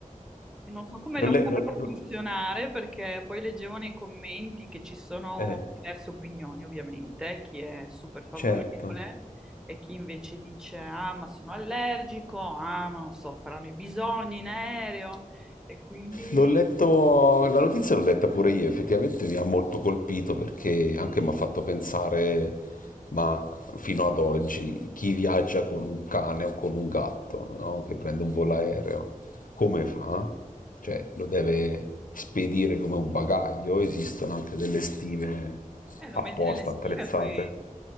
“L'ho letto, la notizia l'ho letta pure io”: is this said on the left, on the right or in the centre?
Left